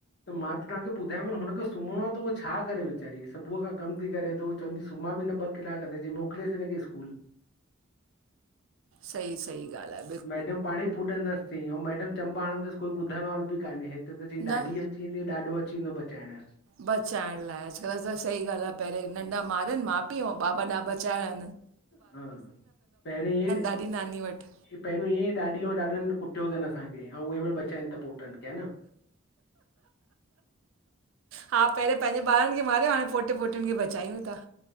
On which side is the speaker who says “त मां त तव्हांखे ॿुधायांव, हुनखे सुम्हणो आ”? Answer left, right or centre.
Left